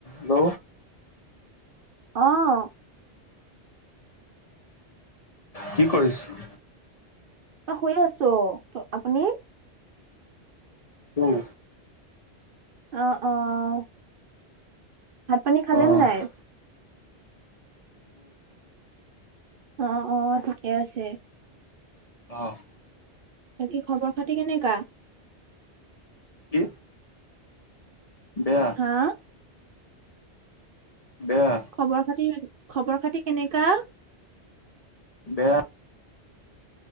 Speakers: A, on the left; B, on the right.
A: Hello.
B: অ'।
A: কি কৰিছ?
B: অ', শুই আছো, আপুনি?
A: উম।
B: অ', অ'। ভাত, পানী খালে
A: হেল্ল'
B: নে নাই? অ', অ', ঠিকে আছে।
A: অ'।
B: বাকী খবৰ খাতি কেনেকা?
A: কি বেয়া।
B: হা?
A: বেয়া।
B: খবৰ খাতি, খবৰ খাতি কেনেকা?
A: বেয়া